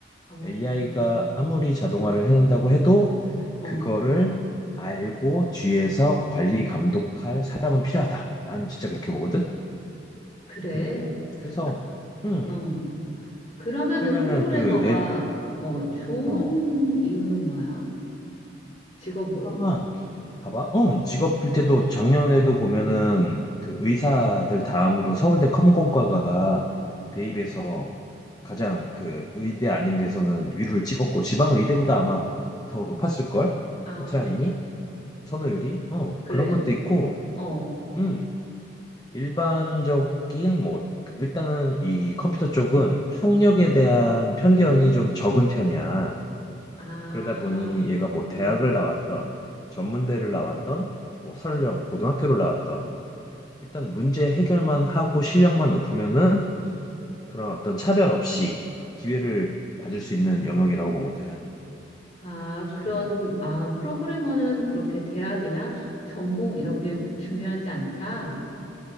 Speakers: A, on the left; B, on the left.
A: 어.
B: AI가 아무리 자동화를 해낸다고 해도
A: 어.
B: 그거를 알고 뒤에서 관리 감독할 사람은 필요하다 난 진짜 그렇게 보거든
A: 그래.
B: 음 그래서
A: 그,
B: 음
A: 어. 그러면은
B: 그러면은
A: 프로그래머가
B: 그 애,
A: 어 좋은
B: 어
A: 이유는 뭐야? 직업으로.
B: 일단 봐봐. 응, 직업 필태도 작년에도 보면은 그 의사들 다음으로 서울대 컴공과가 대입해서 가장 그 의대 아닌 데서는 위로를 찍었고 지방 의대보다 아마 더 높았을 걸?
A: 아,
B: 포트라인이 선호율이 어
A: 그래?
B: 그런 것도 있고
A: 어.
B: 음 일반적인 뭐그 일단은 이 컴퓨터 쪽은 학력에 대한 편견이 좀 적은 편이야.
A: 아,
B: 그러다 보니 얘가 뭐
A: 음.
B: 대학을 나왔던 전문대를 나왔던 뭐 설령 고등학교를 나왔던 일단 문제 해결만 하고 실력만 높으면은 그런 어떤 차별 없이 기회를 받을 수 있는 영역이라고 보거든.
A: 아, 그런,
B: 음.
A: 아, 프로그래머는 그렇게 대학이나 전공 이런 게 중요하지 않다.